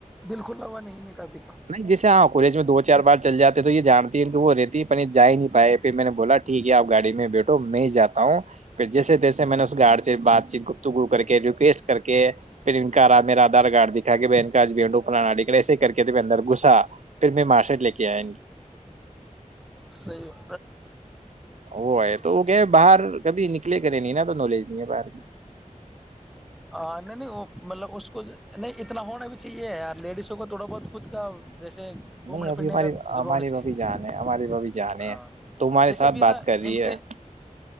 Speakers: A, in the centre; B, on the right.
A: دل کھلا ہوا نہیں ن کبھی تو
B: نہیں جیسے ہاں کورج میں دو چار بار چل جاتے ہیں تو یہ جانتی ہے کہ وہ رہتی ہے پ جا ہی نہیں پائے میں نے بولا ٹھیک ہےپ گاڑی میں بیٹھو میں ہی جاتا ہوں پھر جیسے جیے میں نے اس گارڈ سے بات چیت گپتگو کر کے ریکویسٹ کر کے پھرکارا میرا گارڈ دکھا کے بہن کاج بیٹو انک ایسے کر کے ت اندر گھسا پھر میں مارشٹ لے کے آیا
A: صی <unintelligible>
B: ہو تو وہ کہ باہر کبھی نک کلے کرے نہیں نہ تو نالج نہیں ہے باہ
A: ہ نہیں نہیں وہ مطلب اس کو نہیں اتنا ہونا بھی چاہیے ی لیڈیز اس کو تھوڑا بہت خود کا جیسے
B: نہیں
A: گھومنے
B: ابھی
A: پھرنے
B: ہماری
A: کا تجربہ
B: ہماری
A: ہونا چاہیے
B: بھابھی جان ہے ہماری بھابھی جان ہے
A: ہاں
B: تو ہمارے
A: جیسے
B: ساتھ
A: ابھی
B: بات
A: ہے نا
B: کر رہی
A: ان
B: ہے
A: سے